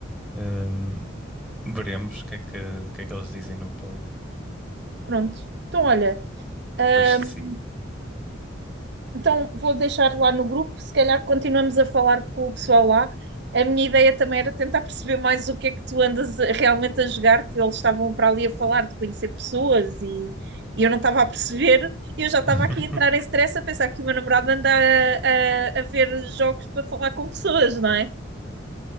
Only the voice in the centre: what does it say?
ehm, veremos o que é que, o que é que eles dizem no poll
e depois decido.
<laughs>